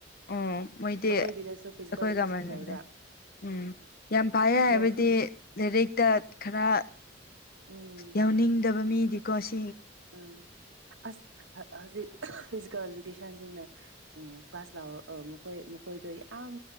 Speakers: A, on the left (about 55°); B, on the right (about 80°).
A: ꯎꯝ ꯃꯣꯏꯗꯤ
B: ꯑꯩꯈꯣꯏꯒꯤꯗꯁꯨ ꯐꯤꯖꯤꯀꯦꯜ
A: ꯑꯩꯈꯣꯏꯒ
B: ꯏꯖꯀꯦꯁꯟ
A: ꯃꯥꯟꯅꯗꯦ
B: ꯂꯩꯕ
A: ꯎꯝ ꯌꯥꯝ ꯐꯥꯏꯌꯦ
B: ꯑꯗꯣ
A: ꯍꯥꯏꯕꯗꯤ ꯂꯥꯏꯔꯤꯛꯇ ꯈꯔ
B: ꯎꯝ
A: ꯌꯥꯎꯅꯤꯡꯗꯕ ꯃꯤꯗꯤꯀꯣ ꯁꯤ
B: ꯎꯝ ꯑꯁ ꯍꯧꯖꯤꯛ ꯐꯤꯖꯤꯀꯦꯜ ꯏꯖꯨꯀꯦꯁꯟꯁꯤꯡꯅ ꯎ ꯀ꯭ꯂꯥꯁ ꯂꯥꯛ ꯃꯈꯣꯏ ꯃꯈꯣꯏꯗꯣ ꯌꯥꯝ